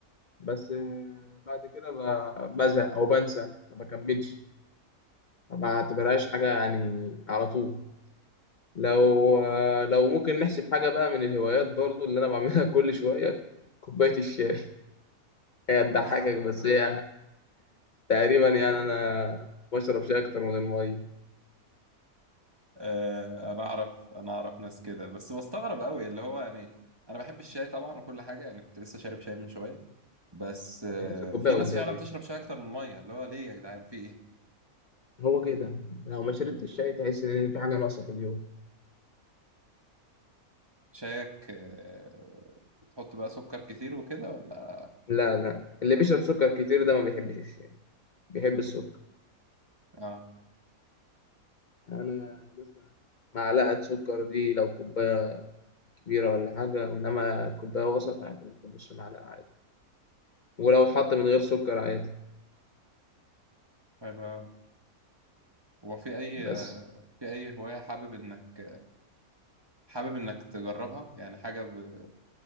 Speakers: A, on the left; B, on the right.
A: بس آه، بعد كده ب- بزهق أو بنسى ما بكملش ما بعتبرهاش حاجة يعني على طول لو آه، لو ممكن نحسب حاجة بقى من الهوايات برضو اللي أنا بعملها <laughs> كل شوية كوباية الشاي هي تضحكك
B: <laughs>
A: بس هي تقريبا يعني أنا بشرب شاي أكتر من المية
B: آه، انا اعرف انا اعرف ناس كده بس بستغرب قوي اللي هو يعني انا بحب الشاي طبعا وكل حاجه يعني كنت لسه شارب شاي من شويه بس آه،
A: لسه كوباية
B: في ناس
A: قدامي
B: فعلا بتشرب
A: يعني.
B: شاي اكتر من ميه اللي هو ليه يا جدعان في ايه
A: هو كده لو ما شربتش الشاي تحس إن في حاجة ناقصة في اليوم
B: شايك آه، بتحط بقى سكر كتير وكده ولا
A: لا لا اللي بيشرب سكر كتير ده ما بيحبش الشاي بيحب السكر
B: اه
A: انا يعني مثلا معلقه سكر دي لو كوبايه كبيره ولا حاجه انما كوبايه وسط عادي ممكن نص معلقه عادي ولو اتحط من غير سكر عادي
B: حلو أوي. هو في اي
A: بس
B: آه، في اي هوايه حابب انك حابب انك تجربها يعني حاجه ب...